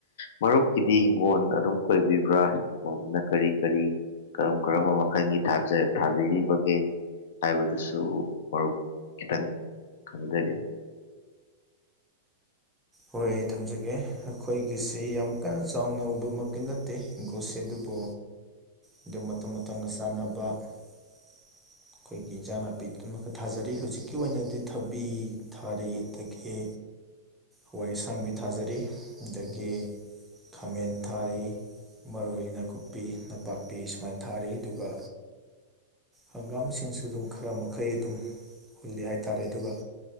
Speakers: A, on the left; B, in the centre.
A: ꯃꯔꯨꯞꯀꯤꯗꯤ ꯍꯤꯡꯒꯣꯜ ꯑꯗꯨꯝ ꯀꯣꯏꯕꯤꯕ꯭ꯔꯥ <unintelligible> ꯀꯔꯤ ꯀꯔꯤ ꯀꯔꯝ ꯀꯔꯝꯕ ꯃꯈꯜꯒꯤ ꯊꯥꯖ ꯊꯥꯕꯤꯔꯤꯕꯒꯦ ꯍꯥꯏꯕꯗꯨꯁꯨ ꯃꯔꯨꯞ ꯈꯤꯇꯪ ꯈꯪꯖꯒꯦ
B: ꯍꯣꯏ ꯑꯩ ꯊꯝꯖꯒꯦ ꯑꯩꯈꯣꯏꯒꯤꯁꯤ ꯌꯥꯝ ꯀꯟꯅ ꯆꯥꯎꯅ ꯎꯕꯃꯛꯇꯤ ꯅꯠꯇꯦ ꯍꯤꯡꯒꯣꯠꯁꯦ ꯑꯗꯨꯕꯨ ꯑꯗꯨꯝ ꯃꯇꯝ ꯃꯇꯝꯒ ꯆꯥꯅꯕ ꯑꯩꯈꯣꯏꯒꯤ ꯏꯖꯥꯡ ꯅꯥꯄꯤꯗꯨꯝꯃꯀꯥ ꯊꯥꯖꯔꯤ ꯍꯧꯖꯤꯛꯀꯤ ꯑꯣꯏꯅꯗꯤ ꯊꯕꯤ ꯊꯥꯔꯤ ꯑꯗꯒꯤ ꯍꯋꯥꯏ ꯑꯁꯥꯡꯕꯤ ꯊꯥꯖꯔꯤ ꯑꯗꯒꯤ ꯈꯥꯃꯦꯟ ꯊꯥꯔꯤ ꯃꯔꯣꯏ ꯅꯥꯀꯨꯞꯄꯤ ꯅꯄꯥꯛꯄꯤ ꯁꯨꯃꯥꯏꯅ ꯊꯥꯔꯤ ꯑꯗꯨꯒ ꯍꯪꯒꯥꯝꯁꯤꯡꯁꯨ ꯑꯗꯨꯝ ꯈꯔ ꯃꯈꯩ ꯑꯗꯨꯝ ꯍꯨꯜꯂꯤ ꯍꯥꯏꯇꯥꯔꯦ ꯑꯗꯨꯒ